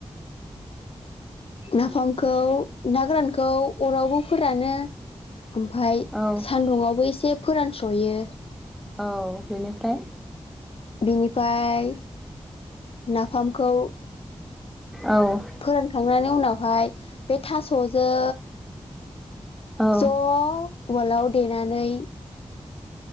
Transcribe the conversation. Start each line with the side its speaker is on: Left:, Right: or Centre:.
Left: नाफामखौ ना गोरानखौ अरावबो फोरानो ओमफफ्राय
Centre: औ
Left: सान्दुुंआवबो एसे फोरानस्र'यो।
Centre: औ बेनिफ्राय।
Left: बिनिफ्राय नाफामखौ।
Centre: औ
Left: फोरोंखांनानै उनाव बेवहाय बे थास'जों
Centre: औ
Left: ज' उवालाव देनानै।